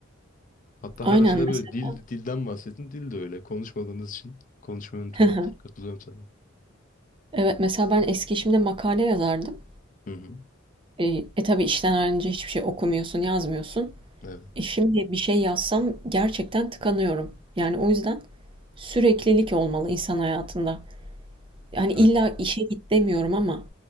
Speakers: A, on the left; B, on the right.
A: Hatta
B: Aynen
A: her açıda böyle
B: mesela.
A: dil dilden bahsettin. Dil de öyle. Konuşmadığımız için konuşmayı unutuyoruz.
B: <laughs>
A: Katılıyorum sana.
B: Evet mesela ben eski işimde makale yazardım.
A: Hı hı.
B: E, e tabii işten ayrılınca hiçbir şey okumuyorsun, yazmıyorsun.
A: Evet.
B: Şimdi bir şey yazsam gerçekten tıkanıyorum. Yani o yüzden süreklilik olmalı insan hayatında. Yani
A: Evet.
B: illa işe git demiyorum ama